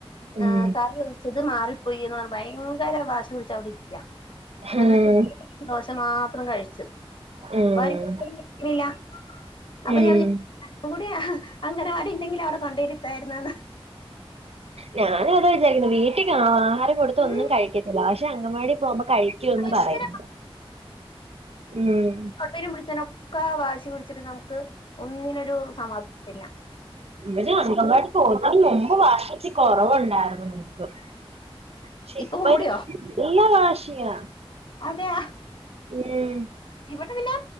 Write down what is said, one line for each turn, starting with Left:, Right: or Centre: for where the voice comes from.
Right: ഉം
Left: ആ കറി ഒഴിചത് മാറിപ്പോയി എന്ന് പറഞ്ഞു ഭയങ്കര വാശി പിടിച്ചു അവിടെ ഇരിക്കാ. അത
Right: ഉം
Left: <inaudible> ദോശ മാത്രം കഴിച്ച്.
Right: ഉം
Left: വാരി വില്ല <unintelligible> അപ്പൊ
Right: ഉം
Left: ഞാൻ കൂടി അങ്കണവാടി ണ്ടെങ്കിൽ അവിടെ കൊണ്ടിരുതായിരുന്നെന്ന്.
Right: ഞാനും അത വിചാരിക്കുന്ന് വീട്ടിൽ ആഹാരം കൊടുത്ത
Left: ഉം
Right: ഒന്നും കഴിക്കത്തില്ല. പക്ഷെ അങ്കവാടി പോകുമ്പോ കഴിക്കൂന്ന്
Left: ഭയങ്കര
Right: പറയും. മം
Left: തൊട്ടേനും പിട്ചെനൊക്കെ വാശി പിടിച്ചിട്ട് നമ്ക്ക് ഒന്നിനൊരു സമാധാനം തരില്ല.
Right: ഇവിടെ അങ്കൻവാടി പോകും മുമ്പ് വാശി ഇച്ചിരി കുറവുണ്ടായിരുന്നു. പക്ഷെ
Left: ഇപ്പൊ
Right: ഇപ്പ അവൻ
Left: കൂടിയോ
Right: നല്ല വാശിയാ.
Left: അതെയ
Right: ഉം
Left: ഇവിടെ പിന്നെ